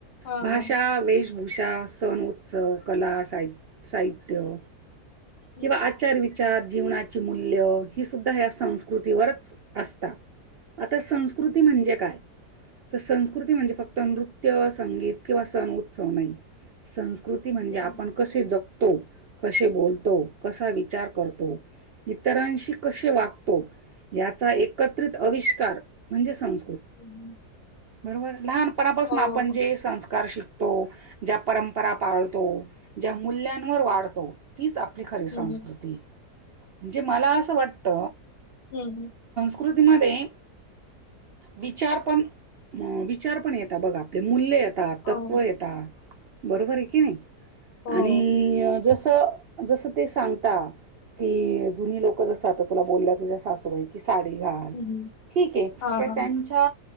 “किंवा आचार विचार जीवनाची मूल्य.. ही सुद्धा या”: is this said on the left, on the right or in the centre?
Right